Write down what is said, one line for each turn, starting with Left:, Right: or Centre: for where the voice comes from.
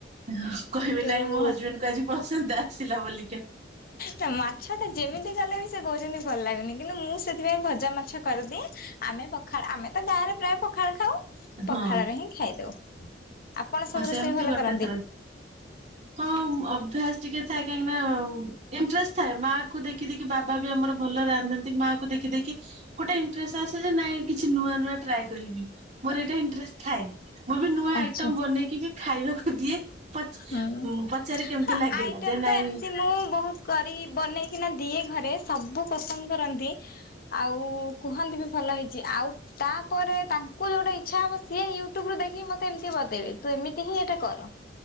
Right: ହଁ କହିବେ
Left: ଯୋଉ
Right: ନାଇଁ ମୋ ହଜବେଣ୍ଡ କୁ ଆଜି ପସନ୍ଦ ଆସିଲା ବୋଲିକା।
Left: ନା ମାଛ ଟା ଯେମିତି କଲେ ବି ସେ କହୁଛନ୍ତି ଭଲ ଲାଗୁନି କିନ୍ତୁ ମୁଁ ସେଥିପାଇଁ ଭଜା ମାଛ କରିଦିଏଁ। ଆମେ ପଖାଳ ଆମେ ତ ଗାଁରେ ପ୍ରାୟ ପଖାଳ ଖାଉ
Right: ହଁ
Left: ପଖାଳରେ ହିଁ ଖାଇଦଉ। ଆପଣ ସବୁ
Right: ହଁ ସେମିତି
Left: ରୋଷେଇ ଭଲ
Right: ଗୋଟେ
Left: କରନ୍ତି।
Right: ଥର ହଁ ଅଭ୍ୟାସ ଟିକେ ଥାଏ କାହିଁକି ନା ଇଣ୍ଟ୍ରେଷ୍ଟ ଥାଏ ମା କୁ ଦେଖି ଦେଖି କି ବାବା ବି ଆମର ଭଲ ରାନ୍ଧନ୍ତି ମା କୁ ଦେଖି ଦେଖି। ଗୋଟେ ଇଣ୍ଟ୍ରେଷ୍ଟ ଆସେ ଯେ ନାଇଁ କିଛି ନୂଆ ନୂଆ ଟ୍ରାଏ କରିବି ମୋର ଏଇଟା ଇଣ୍ଟ୍ରେଷ୍ଟ ଥାଏ। ମୁଁ ବି ନୂଆ ଆଇଟମ୍
Left: ଆଚ୍ଛା
Right: ବନେଇକି ବି ଖାଇବାକୁ ଦିଏ। ପଚ୍
Left: ହୁଁ।
Right: ପଚାରେ କେମିତି
Left: ହଁ
Right: ଲାଗିଲା
Left: ଆଇଟମ
Right: ଯେ ନାଇଁ
Left: ତ ଏମିତି ମୁଁ ବହୁତ କରି ବନେଇକିନା ଦିଏ ଘରେ ସବୁ ପସନ୍ଦ କରନ୍ତି ଆଉ କୁହନ୍ତି ବି ଭଲ ହେଇଛି ଆଉ ତାପରେ ତାଙ୍କୁ ଯୋଉଟା ଇଚ୍ଛା ହବ ସିଏ ୟୁଟ୍ୟୁବ ରୁ ଦେଖିକି ମତେ ଏମିତି ବତେଇବେ ତୁ ଏମିତି ହିଁ ଏଇଟା କର।